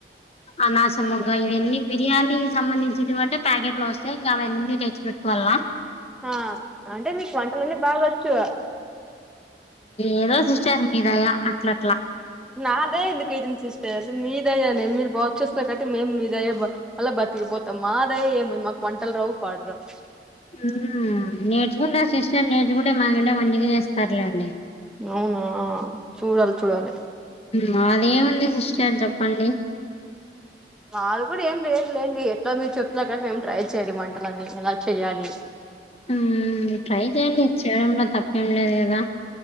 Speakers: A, on the left; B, in the centre.
A: అనాసమో ఇంకా ఇవన్నీ బిర్యానీ సంబంధించినవింటే, ప్యాకెట్లు వస్తాయి. ఇంకా అవన్నీ తెచ్చిపెట్టుకోవాలా
B: ఆ అంటే మీకు వంటలన్నీ బాగొచ్చు.
A: ఏదో సిస్టార్ మీ దయా అట్లా అట్లా.
B: నా దయ ఎందుకు అయితంది సిస్టర్. మీదయ్యానే మీరు బాచ్చేస్తారు, కాట్టి మేము మీదయ అలా బతుక్, తికిపోతాం మా దయ ఏముంది మాకు పంటల రావు పాడరావు
A: హుమ్ నేర్చుకుంటే ఆ సిస్టర్ నేర్చుకుంటే మాకంటే మంచిగా చేస్తారులేండి
B: అవునా చూడాలి చూడాలి
A: మాదేముంది సిస్టర్ చెప్పండి
B: మాది కూడా ఏం లేదులేండి ఎట్లాగ్ మీరు చెప్తానర్ కాటి మేం ట్రై చేయ్యాలి వంటలన్నీ ఏలా చెయ్యాలి
A: హ్మ్ ట్రై చేయండి చేయడంలో తప్పేం లేదు కదా